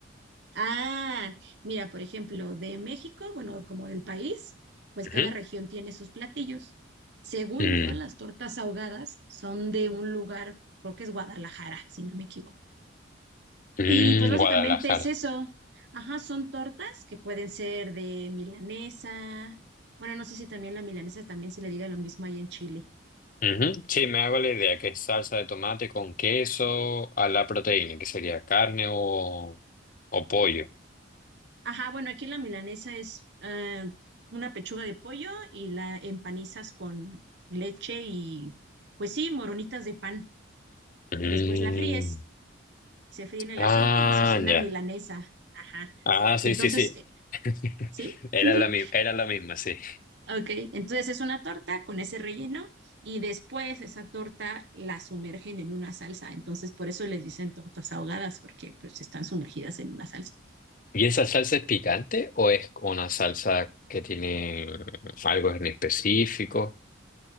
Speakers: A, on the right; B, on the left.
A: Ah, mira, por ejemplo, de México, bueno, como del país, pues
B: Ujú.
A: cada región tiene sus platillos. Según
B: Mm,
A: yo, las tortas ahogadas son de un lugar, creo que es Guadalajara, si no me equivoco.
B: mm,
A: Y pues básicamente
B: Guadalajara.
A: es eso. Ajá, son tortas que pueden ser de milanesa. Bueno, no sé si también la milanesa también se le diga lo mismo ahí en Chile.
B: Ujú. Sí, me hago la idea que es salsa de tomate con queso a la proteína, que sería carne o, o pollo.
A: Ajá, bueno, aquí la milanesa es eh, una pechuga de pollo y la empanizas con leche y, pues sí, moronitas de pan.
B: Mm.
A: Y después la fríes, se fríe en el
B: Ah,
A: aceite y eso es una
B: ya.
A: milanesa. Ajá.
B: Ah, sí,
A: Entonces,
B: sí, sí.
A: eh,
B: <laughs>
A: ¿sí?
B: Era
A: <laughs>
B: la misma, era la misma, sí.
A: Ok, entonces es una torta con ese relleno y después esa torta la sumergen en una salsa. Entonces, por eso les dicen tortas ahogadas, porque pues están sumergidas en una salsa.
B: ¿Y esa salsa es picante o es una salsa que tiene algo en específico?